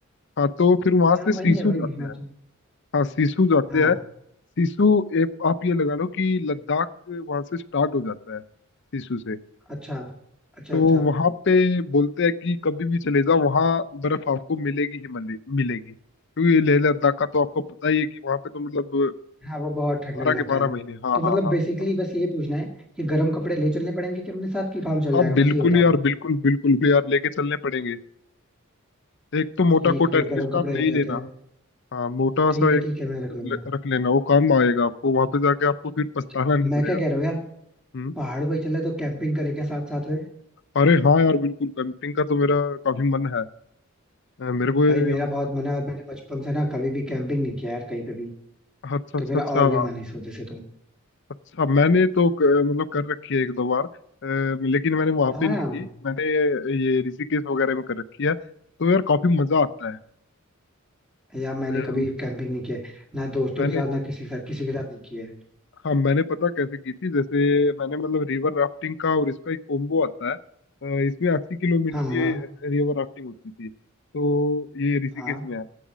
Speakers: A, on the left; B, in the centre.
A: हाँ तो फिर वहां
B: हाँ
A: से सिसु
B: वही है भाई
A: जाते
B: हिमाचल
A: हैं हाँ सिसु जाते
B: हाँ
A: हैं सिसु एक आप ये लगा लो कि लद्दाख वहां से स्टार्ट हो जाता है सिसु से
B: अच्छा अच्छा
A: तो
B: अच्छा
A: वहां पे बोलते हैं कि कभी भी चले जाओ वहां बर्फ आपको मिलेगी ही मिले, मिलेगी क्योंकि लेह लद्दाख का तो आपको पता ही है कि वहां पे तो मतलब
B: हाँ वो बहुत ठंडा
A: बारह
B: इलाका
A: के बारह
B: है वो
A: महीने हाँ
B: तो मतलब
A: हाँ हाँ
B: बेसिकली
A: हाँ
B: बस ये पूछना है कि गर्म कपड़े ले चलने पड़ेंगे कि अपने साथ की काम चल
A: हाँ
B: जाएगा
A: बिल्कुल
B: बस ये बताओ
A: यार
B: हमें।
A: बिल्कुल बिल्कुल भी यार लेके चलने पड़ेंगे एक तो मोटा
B: ठीक
A: कोट
B: है फिर
A: एटलीस्ट
B: गर्म
A: आप
B: कपड़े
A: ले
B: रख
A: ही
B: लेते
A: लेना
B: हैं
A: हाँ मोटा
B: ठीक
A: सा
B: है
A: एक
B: ठीक है मैं रख लूंगा
A: ल- रख लेना वो काम आएगा आपको वहां पे जाके आपको फिर पछताना
B: अच्छा
A: नहीं
B: मैं
A: पड़ेगा
B: क्या कह रहा हूँ यार
A: हम्म
B: पहाड़ों पे चला तो कैंपिंग करेंगे साथ साथ में
A: अरे हाँ यार बिल्कुल कैंपिंग का तो मेरा काफी मन है अ, मेरे को ये
B: भाई मेरा
A: मतलब
B: बहुत मन है और मैंने बचपन से ना कभी भी कैंपिंग नहीं किया यार कहीं पे भी
A: अच्छा
B: तो
A: अच्छा
B: मेरा
A: अच्छा
B: और भी मन है इस वजह से तो
A: अच्छा मैंने तो क- मतलब कर रखी है एक दो बार अ, लेकिन मैंने वहां
B: हाँ
A: पे नहीं की मैंने ये ऋषिकेश वगैरह में कर रखी है तो यार काफी मजा आता है
B: यार मैंने
A: अम,
B: कभी कैंपिंग नहीं किया है, ना दोस्तों
A: मैंने
B: के साथ ना किसी के साथ किसी के साथ नहीं किया है
A: हाँ मैंने पता कैसे की थी जैसे मैंने मतलब रिवर राफ्टिंग का और इसका एक कॉम्बो आता है अ, इसमें अस्सी किलोमीटर
B: हाँ
A: की
B: हाँ
A: रिवर राफ्टिंग होती थी तो ये ऋषिकेश
B: हाँ
A: में है